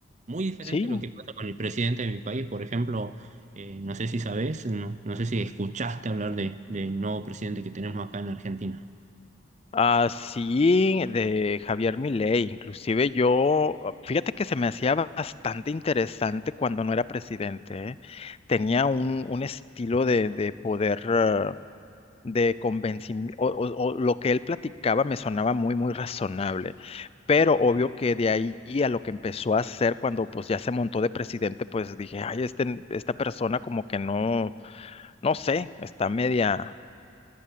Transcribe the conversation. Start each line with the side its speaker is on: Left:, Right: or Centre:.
Right: Muy diferente
Left: sí,
Right: a lo que pasa con el presidente de mi país. Por ejemplo, eh, no sé si sabes, no, no sé si escuchaste hablar de, del nuevo presidente que tenemos acá en Argentina.
Left: Así de Javier Milei, inclusive yo, ah, fíjate que se me hacía bastante interesante cuando no era presidente, ¿eh? Tenía un, un estilo de, de poder, ah, de convencimiento, o, o- o lo que él platicaba me sonaba muy, muy razonable, pero obvio que de ahí a lo que empezó a hacer cuando pues ya se montó de presidente, pues dije, ay, este, esta persona como que no, no sé, está media,